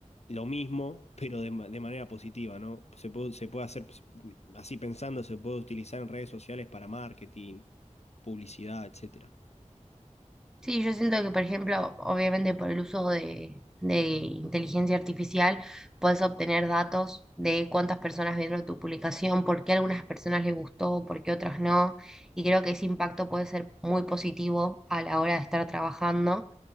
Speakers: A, on the left; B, in the centre.
A: lo mismo, pero de, ma- de manera positiva, ¿no? Se puede, se puede hacer, pues, así pensando, se puede utilizar en redes sociales para marketing, publicidad, etcétera.
B: Sí, yo siento que, por ejemplo, obviamente por el uso de, de inteligencia artificial, puedes obtener datos de cuántas personas vieron tu publicación, por qué a algunas personas les gustó, por qué otras no. Y creo que ese impacto puede ser muy positivo a la hora de estar trabajando.